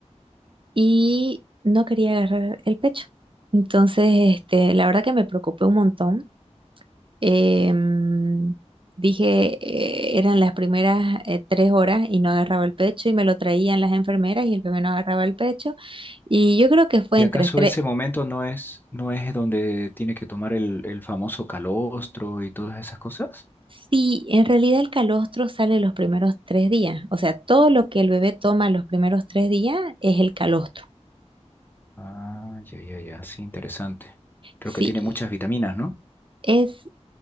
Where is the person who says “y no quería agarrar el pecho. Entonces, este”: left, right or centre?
Right